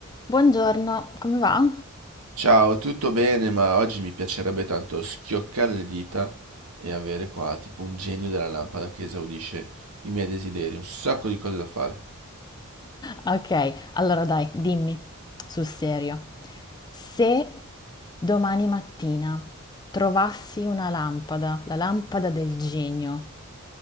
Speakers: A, on the left; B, on the right.
A: Buongiorno, come va?
B: Ciao, tutto bene, ma oggi mi piacerebbe tanto schioccare le dita e avere qua tipo un genio della lampada che esaudisce i miei desideri, un sacco di cose da fare.
A: Ok, allora dai, dimmi sul serio. Se domani mattina trovassi una lampada, la lampada del genio,